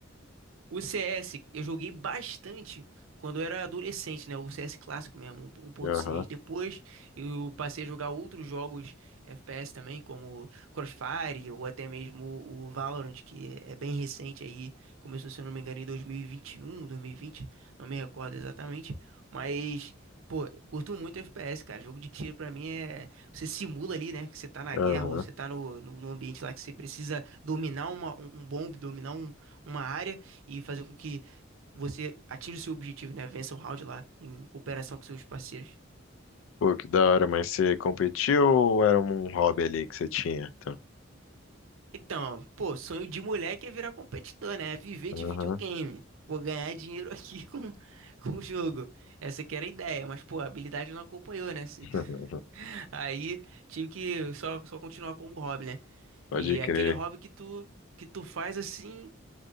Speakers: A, on the right; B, on the left.
A: O CS eu joguei bastante quando eu era adolescente, né? O CS clássico mesmo, um um ponto
B: Aham,
A: seis Depois eu passei a jogar outros jogos FPS também, como Crossfire ou até mesmo o o Valorant, que é bem recente aí. Começou, se eu não me engano, em 2021, 2020, não me recordo exatamente. Mas, pô, curto muito FPS, cara. Jogo de tiro pra mim é. Você simula ali, né? Que você tá na
B: aham.
A: guerra ou você tá no, no, no ambiente lá que você precisa dominar uma, um, um bombe, dominar um, uma área e fazer com que você atinja o seu objetivo, né? Vença o round lá em cooperação com seus parceiros.
B: Pô, que da hora, mas você competiu ou era um hobby ali que você tinha? Tá.
A: Então, pô, sonho de moleque é virar competidor, né? É viver
B: Aham,
A: de videogame. Vou ganhar dinheiro <laughs> aqui com, com o jogo. Essa que era a ideia, mas, pô, a habilidade não acompanhou, né? Se-
B: <laughs>
A: Aí tive que só, só continuar como hobby, né?
B: Pode
A: E
B: crer.
A: é aquele hobby que tu, que tu faz assim